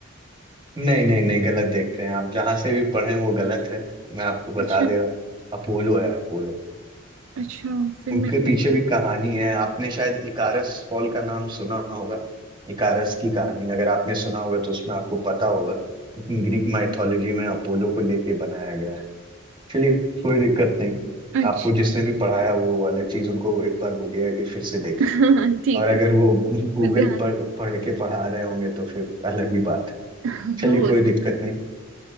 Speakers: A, on the right; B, on the right.
A: नहीं नहीं नहीं गलत देख रहे हैं आप जहां से भी पढ़े वो गलत है मैं आपको बता
B: अच्छा
A: दे रहा हूँ अपोलो है अपोलो
B: अच्छा फिर
A: उनके
B: मेरे को
A: पीछे
B: नहीं
A: भी कहानी है आपने शायद इकारस फॉल का नाम सुना होगा इकारस की कहानी अगर आपने सुना होगा तो उसमें आपको पता होगा लेकिन ग्रीक माइथोलॉजी में अपोलो को लेके बनाया गया है चलिए कोई दिक्कत नहीं
B: अच्छा
A: आपको जिसने भी पढ़ाया वो वाला चीज उनको एक बार बोलिएगा कि फिर से देखें
B: <laughs> ठीक
A: और अगर
B: है ठीक
A: वो <laughs> गूगल
B: मैं ध्यान
A: पर
B: रख
A: पढ़ के पढ़ा रहे होंगे तो फिर अलग ही बात है
B: <laughs>
A: चलिए
B: हो
A: कोई
B: सकता
A: दिक्कत नहीं